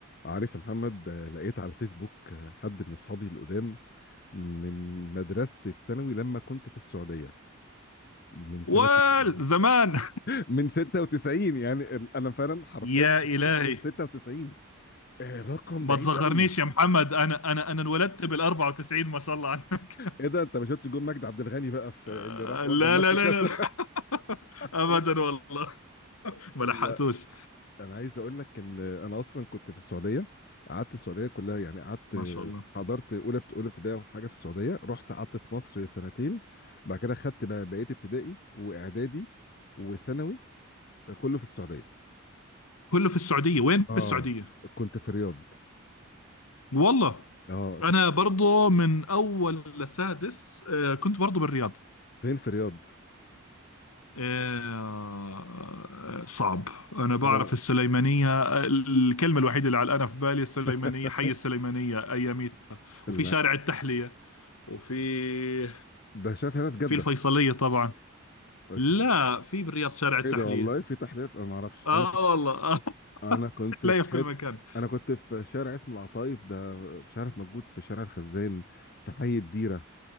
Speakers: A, on the left; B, on the left.
A: عارف يا محمد آه، لقيت على الفيسبوك آه، حد من اصحابي القدام من مدرستي في ثانوي لما كنت في السعوديه من سنه
B: والزمان
A: <laughs> من 96 يعني ال- انا فعلا حرفيا
B: يا
A: ما
B: إلهي
A: شفتوش من 96 آه، رقم
B: ما
A: بعيد
B: تصغرنيش
A: قوي
B: يا محمد أنا أنا أنا انولدت بال 94 ما شاء الله عنك
A: ايه ده انت ما شفتش جون مجدي عبد الغني بقى في
B: آه،
A: اللي راح ودى
B: لا
A: مصر
B: لا لا
A: كذا
B: لا, لا. <laughs>
A: <laughs>
B: أبدا والله ما
A: لا
B: لحقتوش
A: انا عايز اقول لك ان انا اصلا كنت في السعوديه قعدت السعوديه كلها يعني قعدت
B: ما شاء الله
A: حضرت اولى بت- اولى ابتدائي اول حاجه في السعوديه رحت قعدت في مصر سنتين بعد كده خدت بقى بقيه ابتدائي واعدادي وثانوي كله في السعوديه
B: كله في السعودية وين في
A: اه
B: السعودية
A: كنت في الرياض
B: والله
A: اه انت
B: أنا
A: كنت
B: برضو من أول لسادس آه، كنت برضو بالرياض
A: فين في الرياض
B: آه، صعب أنا بعرف
A: انا
B: السليمانية الكلمة الوحيدة اللي علقانة في بالي السليمانية
A: <laughs>
B: حي السليمانية أياميتها
A: لا
B: وفي شارع التحلية وفي
A: ده شات هنا في جده
B: في الفيصلية
A: <laughs>
B: طبعا
A: الف-
B: لا في بالرياض شارع التحلية
A: ايه ده والله في تحليل انا ما اعرفش
B: آه
A: انا
B: والله آه <laughs>
A: انا كنت
B: تحلية
A: في
B: في
A: حته
B: كل مكان
A: انا كنت في شارع اسمه العطايف ده مش عارف موجود في شارع الخزان في حي الديره